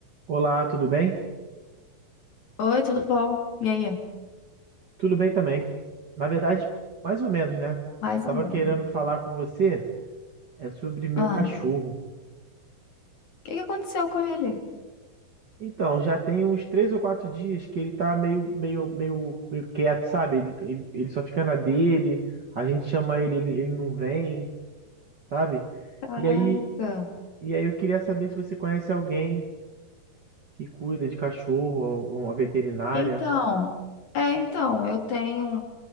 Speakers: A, on the right; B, on the left.
A: Olá, tudo bem?
B: Oi, tudo bom? E aí?
A: Tudo bem também. Na verdade, mais ou menos, né?
B: Mais
A: O que eu tava
B: ou menos.
A: querendo falar com você é sobre meu
B: Ah,
A: cachorro.
B: o que que aconteceu com ele?
A: Então, já tem uns três ou quatro dias que ele tá meio, meio, meio, meio quieto, sabe? Ele, ele, ele só fica na dele, a gente chama ele, ele, ele não vem, sabe?
B: Caraca.
A: E aí, e aí eu queria saber se você conhece alguém que cuida de cachorro, ou- ou uma veterinária.
B: Então, é, então, eu tenho